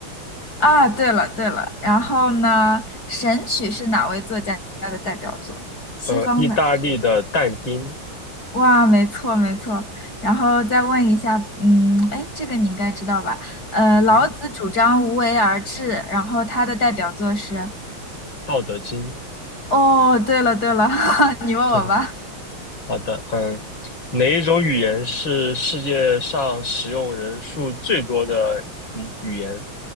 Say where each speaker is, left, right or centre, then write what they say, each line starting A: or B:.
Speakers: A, on the left (about 45°); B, on the left (about 65°).
A: 啊，对了对了，然后呢，《神曲》是哪位作家的代表作？西方的。
B: 呃，意大利的但丁，
A: 哇，没错没错。然后再问一下，嗯，哎，这个你应该知道吧？呃，
B: 嗯哼，
A: 老子主张无为而治，然后他的代表作是……
B: 道德经，
A: 哦，对了对了，<laughs>
B: <laughs>
A: 你问我吧。
B: 呵呵，好的，嗯，哪一种语言是世界上使用人数最多的嗯语言？